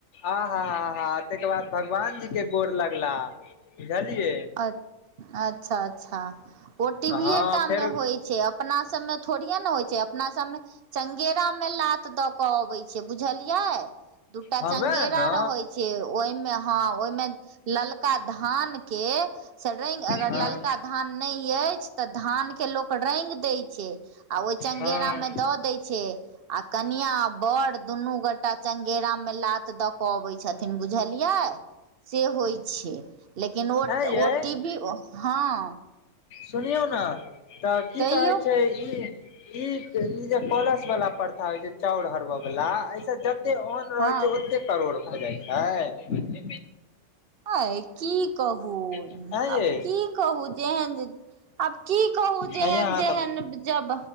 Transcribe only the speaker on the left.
आहा आ हा तकर बाद भगवान जी के गोर लगला बुझलियै
हँ फेरो
हँ
वएह न
हँ
हँ हँ
ऐं यै
सुनियौ ने तऽ की
कहै छै ई ई ई जे कलश वाला प्रथा होय छै चाउर हरबे वाला अय स जते अन
रहै छै ओते करोड़ भऽ जाइत छै
ऐं
यै
हैया अहाँ
तऽ